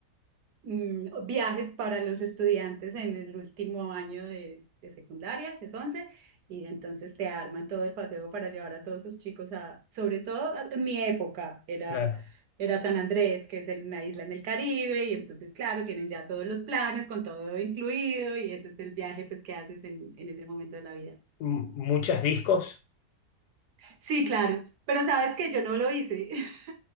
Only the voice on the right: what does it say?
mm, viajes para los estudiantes en el último año de, de secundaria, que es 11, y entonces te arman todo el paseo para llevar a todos sus chicos a, sobre todo a- en mi época, era,
era San Andrés, que es el- una isla en el Caribe, y entonces claro, tienen ya todos los planes con todo incluido, y ese es el viaje pues que haces en en ese momento de la vida.
Sí, claro, pero sabes que yo no lo hice. <laughs>